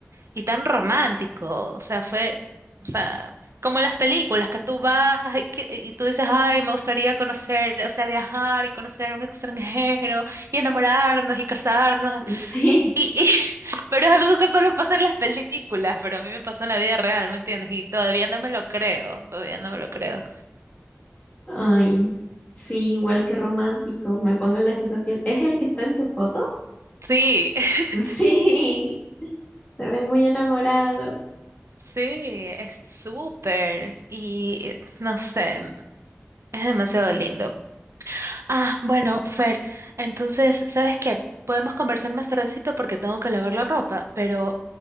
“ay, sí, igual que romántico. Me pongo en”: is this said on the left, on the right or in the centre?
Left